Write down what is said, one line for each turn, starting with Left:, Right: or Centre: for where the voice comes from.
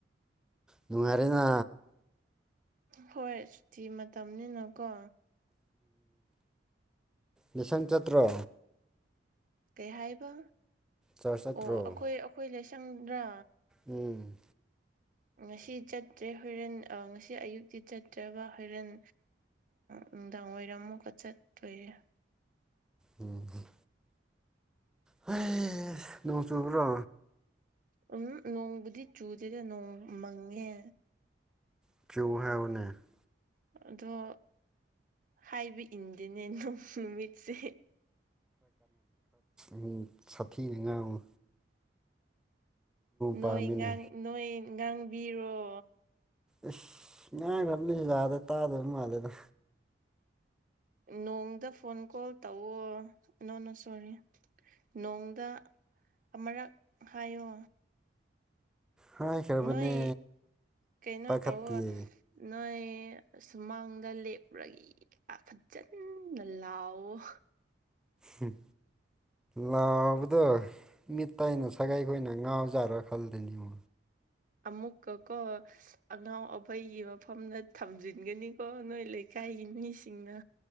Centre: ꯅꯨꯡꯉꯥꯏꯔꯦꯅ
Right: ꯍꯣꯏ ꯁꯨꯇꯤ ꯃꯇꯝꯅꯤꯅꯀꯣ
Centre: ꯅꯦꯁꯟ ꯆꯠꯇ꯭ꯔꯣ
Right: ꯀꯩ ꯍꯥꯏꯕ
Centre: ꯆꯔ ꯆꯠꯇ꯭ꯔꯣ
Right: ꯑꯣ ꯑꯩꯈꯣꯏ ꯑꯩꯈꯣꯏ ꯂꯁꯪꯗ꯭ꯔꯥ
Centre: ꯎꯝ
Right: ꯉꯁꯤ ꯆꯠꯇ꯭ꯔꯦ ꯍꯣꯔꯦꯟ ꯉꯁꯤ ꯑꯌꯨꯛꯇꯤ ꯆꯠꯇ꯭ꯔꯕ ꯍꯣꯔꯣꯔꯦꯟ ꯅꯨꯡꯗꯥꯡ ꯋꯥꯏꯔꯝ ꯑꯃꯨꯛꯀ ꯆꯠꯇꯣꯏꯔꯦ
Centre: ꯎꯝ ꯍ ꯅꯣꯡ ꯆꯨꯕ꯭ꯔꯣ
Right: ꯎꯝ ꯅꯣꯡꯕꯨꯗꯤ ꯆꯨꯗꯦꯗ ꯅꯣꯡ ꯃꯪꯉꯦ
Centre: <unintelligible>
Right: ꯑꯗꯣ ꯍꯥꯏꯕ ꯏꯟꯗꯤꯦꯅꯦ ꯅꯣꯡ ꯅꯨꯃꯤꯠꯁꯦ
Centre: ꯎ ꯁꯥꯐꯤꯅ ꯉꯥꯡꯨ
Right: ꯅꯣꯏ
Centre: ꯄꯥꯝꯃꯤꯅꯦ
Right: ꯉꯥꯡ ꯅꯣꯏ ꯉꯥꯡꯕꯤꯔꯣ
Centre: ꯏꯁ ꯉꯥꯏ ꯐꯝꯃꯤꯁꯨꯖꯥꯗ ꯇꯥꯗꯔꯤꯕ ꯃꯥꯜꯂꯦꯗ
Right: ꯅꯣꯡꯗ ꯐꯣꯟ ꯀꯣꯜ ꯇꯧꯋ ꯅꯅꯣꯅ ꯁꯣꯔꯤ ꯅꯣꯡꯗ ꯑꯃꯨꯔꯛ ꯍꯥꯏꯌꯣ
Centre: ꯍꯥꯏꯈ꯭ꯔꯕꯅꯦ
Right: ꯅꯣꯏ ꯀꯩꯅꯣ
Centre: ꯄꯥꯏꯈꯠꯇꯤꯌꯦ
Right: ꯇꯧꯋ ꯅꯣꯏ ꯁꯨꯃꯥꯡꯗ ꯂꯦꯞꯄꯨꯔꯒꯦ ꯑ ꯐꯖꯅ ꯂꯥꯎꯋꯑꯣ
Centre: ꯍꯝ ꯂꯥꯎꯕꯗꯣ ꯃꯤꯠ ꯇꯥꯏꯅ ꯁꯒꯥꯏꯈꯣꯏꯅ ꯉꯥꯎꯖꯥꯔ ꯈꯜꯗꯅꯤꯕꯣ
Right: ꯑꯃꯃꯨꯛ ꯀ ꯑꯉꯥꯎ ꯑꯕꯩꯒꯤ ꯃꯐꯝꯗ ꯊꯝꯖꯤꯟꯒꯅꯤꯀꯣ ꯅꯣꯏ ꯂꯩꯀꯥꯏꯒꯤ ꯃꯤꯁꯤꯡꯅ